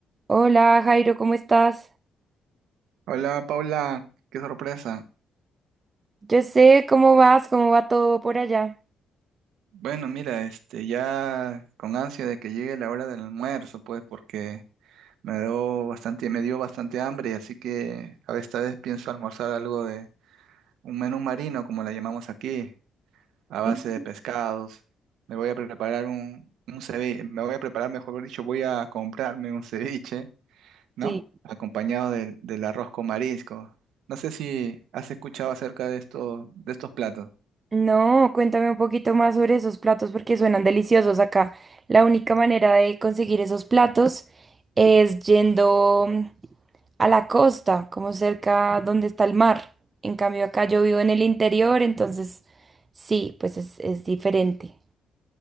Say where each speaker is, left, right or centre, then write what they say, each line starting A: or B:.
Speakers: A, on the right (about 35°); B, on the right (about 80°).
A: Hola Jairo, ¿cómo estás?
B: Hola Paula, qué sorpresa.
A: Yo sé cómo vas, cómo va todo por allá.
B: Bueno, mira, este, ya con ansia de que llegue la hora del almuerzo, pues, porque me dio bastante, me dio bastante hambre, así que a esta vez pienso almorzar algo de un menú marino, como la llamamos aquí, a base
A: Mm,
B: de pescados. Me voy a preparar un, un ceviche, me voy a preparar, mejor dicho, voy a comprarme un ceviche, ¿no?
A: Sí.
B: Acompañado del del arroz con marisco. No sé si has escuchado acerca de estos, de estos platos.
A: No, cuéntame un poquito más sobre esos platos porque suenan deliciosos acá. La única manera de conseguir esos platos es yendo mm, a la costa, como cerca donde está el mar. En cambio acá yo vivo en el interior, entonces sí, pues es, es diferente.